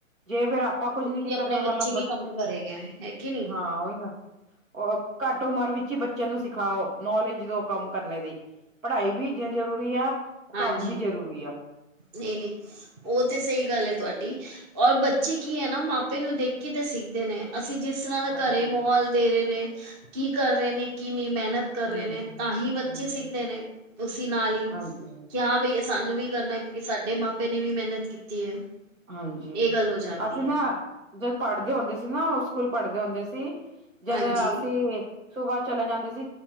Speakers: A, on the right (about 75°); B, on the right (about 20°).
A: ਜੇ ਫਰ ਆਪਾਂ ਕੁਝ ਨੀ
B: ਕਿ
A: ਕੀਤਾ
B: ਆਪਣੇ
A: ਫਿਰ ਮ
B: ਵੀ
A: ਬੱਚੇ
B: ਕੰਮ ਕਰੇਗਾ ਹੈ ਕਿ ਨਹੀਂ
A: ਹਾਂ ਉਹੀ ਨਾ ਉਹ ਘੱਟ ਉਮਰ ਵਿੱਚ ਈ ਬੱਚਿਆਂ ਨੂੰ ਸਿਖਾਓ। ਨੌਲੇਜ ਦੋ ਕੰਮ ਕਰਨੇ ਦੀ। ਪੜ੍ਹਾਈ ਵੀ ਜ਼ਰੂਰੀ ਆ
B: ਹਾਂਜੀ
A: ਕੰਮ ਵੀ ਜ਼ਰੂਰੀ ਆ
B: ਨਈ, ਨਈ ਉਹ ਤੇ ਸਹੀ ਗੱਲ ਐ। ਤੁਹਾਡੀ ਔਰ ਬੱਚੇ ਕੀ ਐ ਨਾ ਮਾਪੇ ਨੂੰ ਦੇਖ ਕੇ ਤੇ ਸਿੱਖਦੇ ਨੇ। ਅਸੀਂ ਜਿਸ ਤਰ੍ਹਾਂ ਦਾ ਘਰੇ
A: ਹਾਂਜੀ
B: ਮਾਹੌਲ ਦੇ ਰਹੇ ਨੇ। ਕੀ ਕਰ ਰਹੇ ਨੇ? ਕੀ ਨੀ? ਮਿਹਨਤ ਕਰ
A: ਹਮ
B: ਰਹੇ ਨੇ ਤਾਂ ਹੀ ਬੱਚੇ
A: ਹਮ
B: ਸਿੱਖਦੇ ਨੇ ਉਸਸੀ ਨਾਲ ਹੀ
A: ਹਾਂਜੀ
B: ਹ ਬਈ ਸਾਨੂੰ ਵੀ ਕਰਨਾ ਕਿਉਂਕਿ ਸਾਡੇ ਮਾਪੇ ਨੇ ਵੀ ਮਿਹਨਤ ਕੀਤੀ ਹੈ
A: ਹਾਂਜੀ
B: ਇਹ ਗੱਲ ਹੋ ਜਾਂਦੀ
A: ਅਸੀਂ ਨਾ
B: ਹੈ
A: ਜਦ ਪੜ੍ਹਦੇ ਹੁੰਦੇ ਸੀ। ਨਾ, ਉਹ ਸਕੂਲ ਪੜ੍ਹਦੇ ਹੁੰਦੇ ਸੀ ਜਦ
B: ਹਾਂਜੀ
A: ਅਸੀਂ ਸੁਬਾ ਚਲੇ ਜਾਂਦੇ ਸੀ।